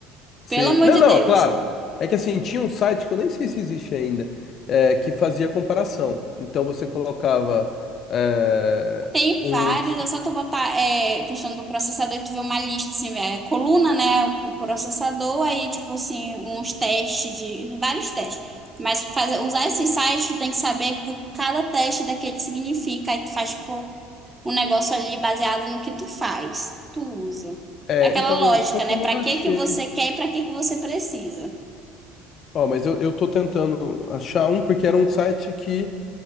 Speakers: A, on the left; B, on the right.
A: Sim.
B: Pelo amor
A: Não,
B: de
A: não,
B: Deus.
A: é claro. É que assim, tinha um site que eu nem sei se existe ainda, é, que fazia comparação. Então você colocava é,
B: Tem
A: um.
B: vários,
A: it-
B: é só tu botar é, questão do processador, tu vê uma lista, assim, é, coluna, né? O processador, aí, tipo assim, uns testes de. Vários testes. Mas fazer, usar esses sites, tu tem que saber o que cada teste daquele significa. Aí tu faz, tipo, um negócio ali baseado no que tu faz, que tu usa.
A: É,
B: É aquela
A: é, então,
B: lógica,
A: eu, só que
B: né?
A: eu não
B: Pra
A: achei.
B: que que você quer e pra que que você precisa.
A: Ó, mas eu, eu tô tentando achar um, porque era um site que,